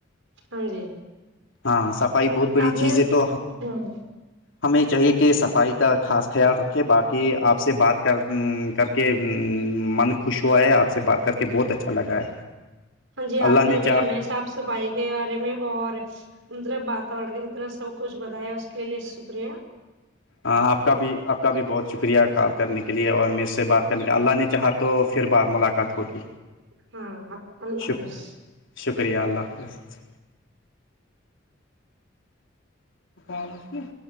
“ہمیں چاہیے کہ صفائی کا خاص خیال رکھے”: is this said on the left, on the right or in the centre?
Left